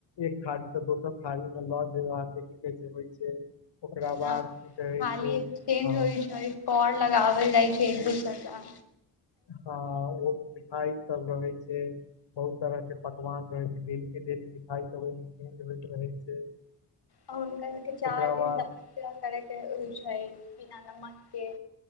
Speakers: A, on the left; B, on the left.
A: एक थारी त दोसर थारी मे लऽ जेब अहाँके की गीत छै होइ छै ओकरा
B: हँ
A: बाद
B: खाली
A: की कहे छै
B: एक
A: अ
B: चेंज होइ छैर कोर लगाबल जाइ छै एक दूसर त
A: हँ ओहोमे मिठाई सब रहै छै बहुत तरह के पकवान रहे छै डेली के डेली मिखाई ओहि ल रहे छै
B: आ हुनका सबके चार
A: ओकरा
B: दिन
A: बाद
B: त करे के हो छै बिना नमक के